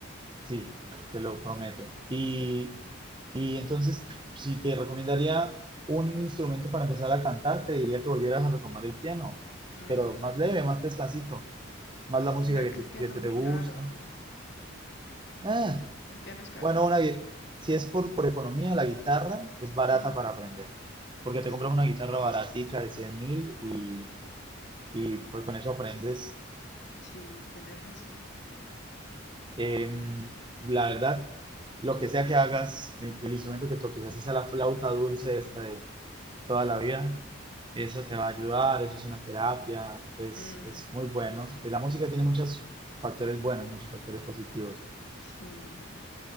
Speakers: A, on the right; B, on the left.
A: Sí, te lo prometo. Y, y entonces, si te recomendaría un instrumento para empezar a cantar, te diría que volvieras a retomar el piano,
B: Mm,
A: pero más leve, más despacito, más la música
B: sino
A: que,
B: que
A: tú-
B: el piano
A: que te
B: es muy
A: gusta.
B: caro,
A: Ah,
B: el piano es caro.
A: bueno, una, gui- si es por, por economía, la guitarra es barata
B: Ujú.
A: para aprender, porque te
B: Sí,
A: compras una guitarra baratica de cien mil y, y, pues con eso aprendes.
B: sí, tienes razón.
A: Em, la verdad, lo que sea que hagas, el, el instrumento que toques, así sea la flauta dulce esta de toda la vida, eso te va a ayudar, eso es una terapia, es,
B: Mm.
A: es muy bueno. La música tiene muchos factores buenos, muchos factores positivos.
B: Sí,